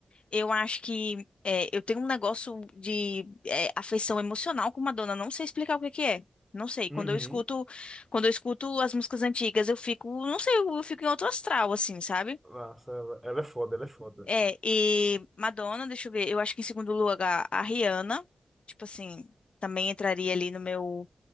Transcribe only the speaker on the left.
eu acho que é, eu tenho um negócio de é, afeição emocional com Madonna. Não sei explicar o que que é. Não sei.
Quando eu escuto, quando eu escuto as músicas antigas, eu fico, não sei, eu eu fico em outro astral, assim, sabe?
É, e Madonna, deixa eu ver, eu acho que em segundo lugar a Rihanna, tipo assim, também entraria ali no meu